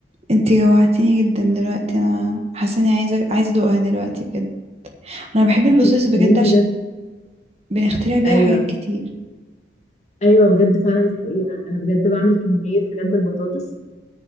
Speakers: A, on the right; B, on the left.
A: انتي جوعتيني جدا دلوقتي انا حاسه اني عايزه عايزه ادوقها دلوقتي بجد انا بحب البطاطس
B: احنا
A: بجد
B: محتاجين
A: عشان
B: بجد
A: بنخترع بيها
B: ايوه
A: حاجات كتير
B: ايوه بجد فعلا دي حقيقه انا بجد بعمل كميه حاجات بالبطاطس